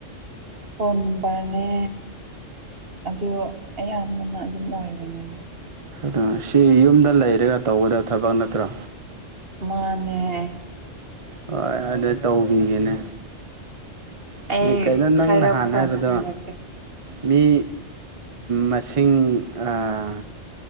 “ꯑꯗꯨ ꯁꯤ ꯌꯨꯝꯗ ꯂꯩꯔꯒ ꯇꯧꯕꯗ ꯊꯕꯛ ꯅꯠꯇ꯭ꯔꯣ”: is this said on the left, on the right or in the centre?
Right